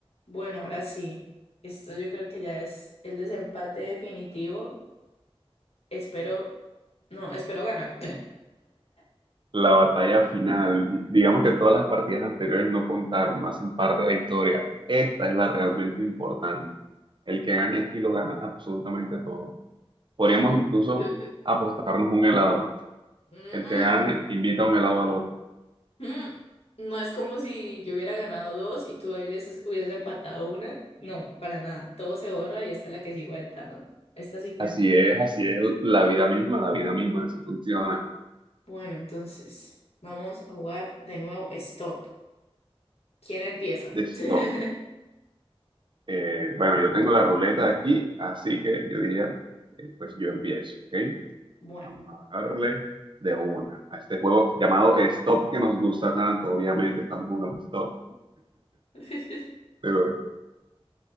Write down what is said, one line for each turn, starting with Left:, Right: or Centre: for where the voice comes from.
Left: Bueno, ahora sí. Esto yo creo que ya es el desempate definitivo. Espero, no, espero ganar. <laughs>
Right: La batalla final, di- digamos que todas las partidas anteriores no contaron, no hacen parte de la historia. Esta es la realmente importante. El que gane aquí lo gana absolutamente todo. Podríamos
Left: Mm,
Right: incluso
Left: eh, eh,
Right: apostarnos un helado.
Left: mm,
Right: El que gane invita un helado al otro.
Left: mm, mm. No es como si yo hubiera ganado dos y tú hubieses, hubieses empatado una. No, para nada. Todo se borra y esta es la que sí cuenta, ¿no? Esta sí cuenta.
Right: Así es, así es la vida misma, la vida misma, así funciona.
Left: Bueno, entonces vamos a jugar de nuevo Stop. ¿Quién empieza?
Right: De stop.
Left: <laughs>
Right: Eh, bueno, yo tengo la ruleta aquí, así que yo diría, eh, pues yo empiezo, ¿ok?
Left: Bueno.
Right: Vamos a darle de una a este juego llamado Stop que nos gusta tanto. Obviamente estamos jugando Stop.
Left: <laughs>
Right: Pero eh,